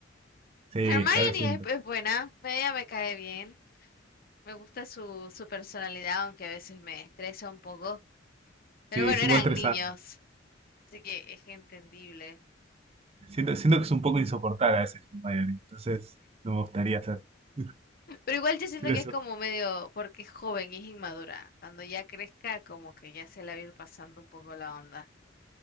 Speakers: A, on the right; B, on the left.
A: Sí,
B: Hermione
A: Harry siempre.
B: es, es buena, ella me cae bien. Me gusta su, su personalidad, aunque a veces me estresa un poco. Pero
A: Sí,
B: bueno,
A: es
B: eran
A: un poco estresante.
B: niños, así que es entendible.
A: Siento, siento que es un poco insoportable a veces Hermione. Entonces, no me gustaría hacer. <laughs>
B: Pero igual yo siento
A: siento
B: que
A: eso.
B: es como medio, porque es joven y es inmadura. Cuando ya crezca, como que ya se la va a ir pasando un poco la onda.